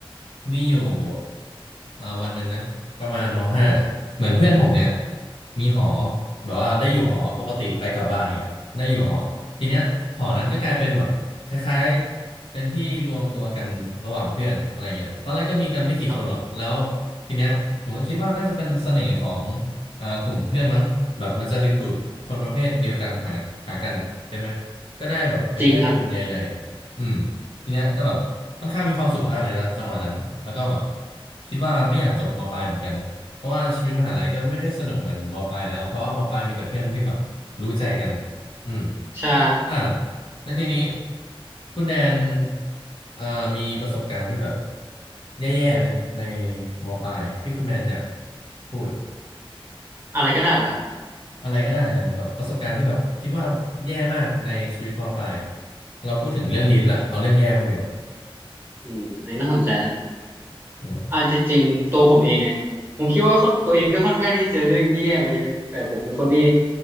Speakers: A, on the left; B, on the right.
A: มีอยู่เอ่อวันหนึ่งนะประมาณมห้าเหมือนเพื่อนผมเนี่ยมีหอแบบว่าได้อยู่หอปกติไปกลับบ้านเนี่ยได้อยู่หอทีเนี้ยหอนั้นก็กลายเป็นแบบคล้ายๆเป็นที่รวมตัวกันระหว่างเพื่อนอะไรเงี้ยตอนแรกก็มีกันไม่กี่คนหรอกแล้ว
B: ครับผม
A: ทีเนี้ยผมก็คิดว่าน่าจะเป็นเสน่ห์ของ เอ่อกลุ่มเพื่อนมั้งแบบมันจะดึงดูดคนประเภทเดียวกันหาหากันอ่ะเห็นไหมก็ได้แบบเป็นเพื่อนกลุ่มใหญ่ๆอืม
B: จริงครับ
A: ทีเนี้ยก็แบบค่อนข้างมีความสุขมากเลยนะจังหวะนั้นแล้วก็แบบคิดว่าไม่อยากจบมปลายเหมือนกันเพราะว่าชีวิตมหาลัยก็ไม่ได้สนุกเหมือนมปลายแล้วเพราะว่ามปลายมีแต่เพื่อนที่แบบรู้ใจกัน
B: อืม
A: อืม
B: ใช่
A: อ่าแล้วทีนี้คุณแดนเอ่อมีประสบการณ์ที่แบบแย่ๆไหมในมปลายที่คุณแดนอยากพูด
B: อะไรก็ได้เหรอครับ
A: อะไรก็ได้เลยแบบประสบการณ์ที่แบบคิดว่าแย่มากในชีวิตมปลายเราพูดถึงเรื่องดีไปละเอาเรื่องแย่บ้างดีกว่า
B: อืมอันนี้น่าสนใจนะ
A: อืม
B: อ่าจริงๆตัวผมเองเนี่ยผมคิดว่าตัวเองก็ค่อนข้างที่จะเจอเรื่องแย่ๆมาเยอะนะแต่ผมเป็นคนที่